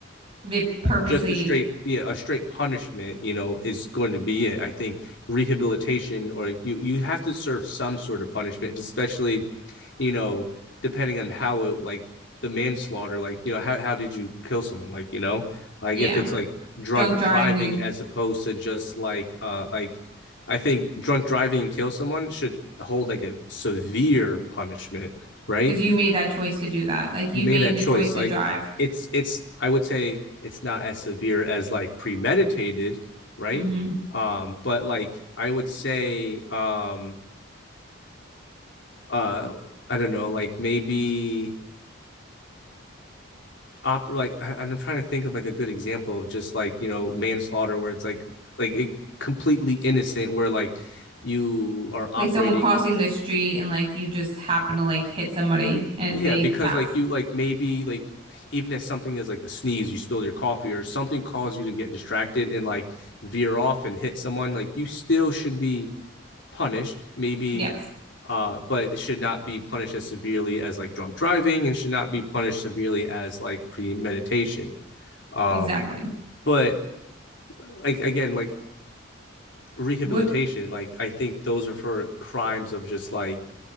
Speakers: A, on the right; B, on the left.
A: they purposely,
B: like just a straight yeah a straight punishment you know is going to be it i think rehabilitation or you you have to serve some sort of punishment especially you know depending on how it like the manslaughter like you know how, how did you kill someone like you know like
A: yeah,
B: if it's like drunk
A: drunk driving
B: driving as opposed to just like uh like i think drunk driving and kill someone should hold like a severe punishment right
A: because you made that choice to do that. Like, you
B: you made
A: made
B: that
A: the
B: choice.
A: choice to
B: Like
A: drive.
B: it's it's I would say it's not as severe as like premeditated, right?
A: hmm
B: Um, but like I would say um uh I don't know, like maybe op like I, I'm trying to think of like a good example of just like, you know, manslaughter where it's like like it, completely innocent where like you are operating
A: Like someone crossing the street and like you just happen to like hit somebody and
B: Yeah,
A: they
B: because
A: pass.
B: like you like maybe like even if something is like a sneeze, you spilled your coffee or something caused you to get distracted and like veer off and hit someone, like you still should be punished, maybe
A: Yes,
B: uh, but it should not be punished as severely as like drunk driving and should not be punished severely as like premeditation. Um,
A: exactly.
B: but like again, like rehabilitation,
A: What?
B: like I think those are for crimes of just like